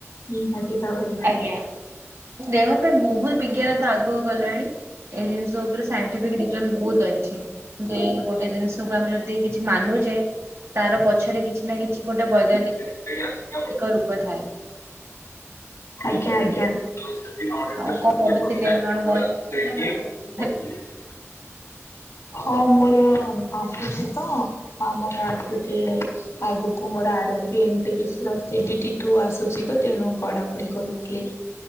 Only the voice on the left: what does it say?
ନିହାତି ଭାବରେ।
<unintelligible>
ଆଜ୍ଞା ଆଜ୍ଞା। <unintelligible>
ହଁ ମୋର ଆସୁଛି ତ ମୋର ଆସୁଛି। ଆଗକୁ ମୋର R R B M P P C ଆସୁଛି ଡି ଡି ଟୁ ଆସୁଛି ତ ତେଣୁ ପଢା ପଢି କରୁଥିଲି।